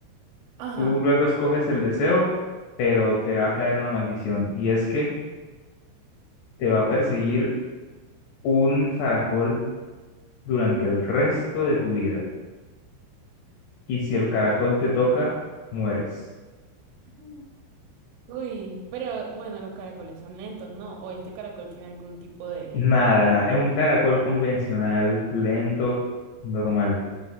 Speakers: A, on the right (about 75°); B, on the left (about 75°).
A: ajá.
B: Tú luego escoges el deseo, pero te va a caer una maldición y es que te va a perseguir un caracol durante el resto de tu vida. Y si el caracol te toca, mueres.
A: Mm. Uy, pero bueno, los caracoles son lentos, ¿no? O este caracol tiene algún tipo de,
B: Nada,
A: de poder
B: nada. Es
A: o
B: un
A: algo.
B: caracol convencional, lento, normal.